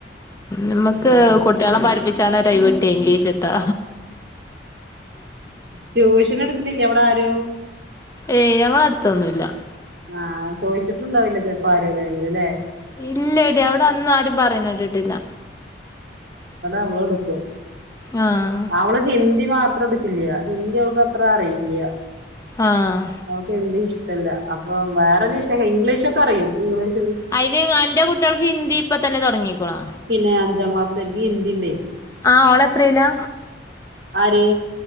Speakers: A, on the left; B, on the right.
A: നമ്മുക്ക്
B: ഉം.
A: കുട്ടികളെ പഠിപ്പിച്ചാന്ന് ഒരു ഒഴിവ് കിട്ടിയെങ്കില് സെറ്റാ
B: ട്യൂഷൻ എടുക്കുന്നില്ല അവിടാരും
A: ഏ ഞങ്ങടെഅടുത്തൊന്നുമില്ല
B: ആ ചോദിച്ചിട്ടുണ്ടാവില്ല ചെലപ്പോ ആരു എവിടെഎങ്കിലും അല്ലേ
A: ഇല്ലടി അവിടെ അന്നും ആരും പറയണ കേട്ടിട്ടില്ല
B: അവള്എടുക്കും
A: ആഹ്
B: അവള് ഹിന്ദി മാത്രം എടു കില്ല ഹിന്ദി അവൾക്ക് അത്ര അറിയില്ല
A: ആഹ്
B: അവൾക്ക് ഹിന്ദി ഇഷ്ടമില്ല അപ്പൊ വേറെ വല്ല വിഷയം ഇംഗ്ലീഷ് ഒക്കെ അറിയും ഇംഗീഷ്
A: അതിന് അന്റെ കുട്ടികൾക്ക് ഹിന്ദി ഇപ്പൊ തന്നെ തുടങ്ങികണ്
B: പിന്നെ അഞ്ചാം ക്ലാസ്സർക്ക് ഹിന്ദി ഉണ്ടേ
A: ആ ഓള് എത്രയിലാ
B: ആര്